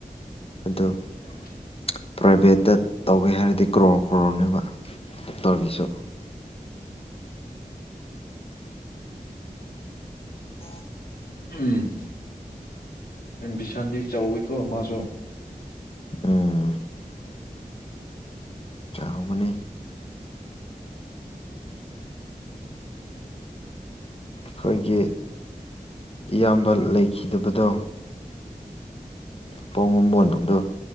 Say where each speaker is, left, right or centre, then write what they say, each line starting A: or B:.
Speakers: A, on the left; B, on the left.
A: ꯑꯗꯨ
B: <unintelligible>
A: <unintelligible> ꯄ꯭ꯔꯥꯏꯕꯦꯠꯇ ꯇꯧꯒꯦ ꯍꯥꯏꯔꯗꯤ ꯀ꯭ꯔꯣꯔ ꯀ꯭ꯔꯣꯔꯅꯦꯕ ꯗꯣꯛꯇꯔꯒꯤꯁꯨ <unintelligible>
B: ꯎꯝ ꯑꯦꯝꯕꯤꯁꯟꯗꯤ ꯆꯥꯎꯋꯤꯀꯣ ꯃꯥꯁꯨ
A: ꯎꯝ ꯆꯥꯎꯕꯅꯦ ꯈꯣꯏꯒꯤ ꯏꯌꯥꯝꯕ ꯂꯩꯈꯤꯗꯕꯗꯣ ꯄꯥꯎꯉꯝꯋꯣꯟꯅꯨꯡꯗꯣ